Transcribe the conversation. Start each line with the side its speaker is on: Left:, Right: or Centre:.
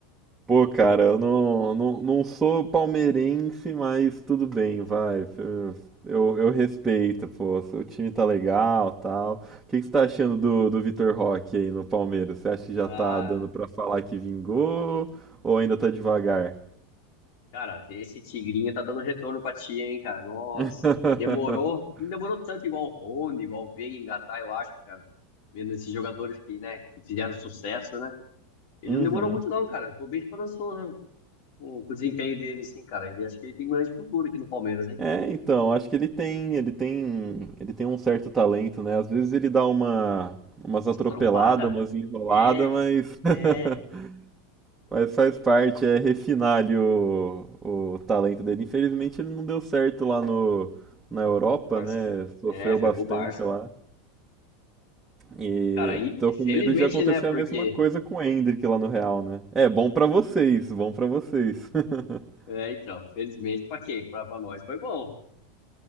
Right: Pô, cara, eu não, não, não sou palmeirense, mas tudo bem, vai. Eu, eu respeito, pô. O time
Left: <laughs>
Right: tá legal, tal. O que que você tá achando do, do Vitor Roque aí no Palmeiras? Você acha que já
Left: Ah,
Right: tá dando pra falar que vingou ou ainda tá devagar?
Left: cara, esse Tigrinho tá dando retorno pra tia, hein, cara? Nossa,
Right: <laughs>
Left: demorou, não demorou tanto igual o Rony, igual o Veiga engatar, eu acho, cara. Vendo esses jogadores que, né, que fizeram sucesso, né? Ele
Right: Uhum.
Left: não demorou muito, não, cara. Tô bem esperançoso com, com o desempenho dele, sim, cara. Ele acho que ele tem um grande futuro aqui no Palmeiras, hein?
Right: É, então, acho que ele tem, ele tem, ele tem um certo talento, né? Às vezes ele dá uma, umas
Left: Mas
Right: atropeladas,
Left: trombada?
Right: umas enroladas,
Left: É,
Right: mas, <laughs>
Left: é.
Right: mas faz parte, é refinar ali o, o talento dele. Infelizmente ele não deu certo lá no, na Europa,
Left: O Barça.
Right: né? Sofreu
Left: É, foi
Right: bastante
Left: pro Barça.
Right: lá. E
Left: Cara, aí,
Right: tô
Left: felizmente,
Right: com medo de acontecer
Left: né? Porque.
Right: a mesma coisa com o Endrick lá no Real, né? É, bom pra vocês, bom pra vocês. <laughs>
Left: É, então, felizmente, pra quem? Pra, pra nós foi bom.